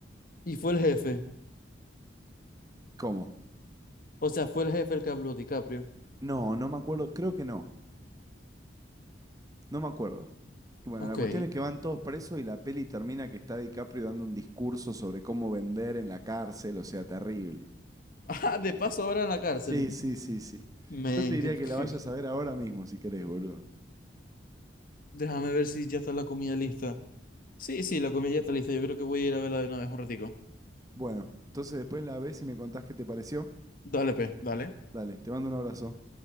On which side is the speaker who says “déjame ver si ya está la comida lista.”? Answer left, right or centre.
Left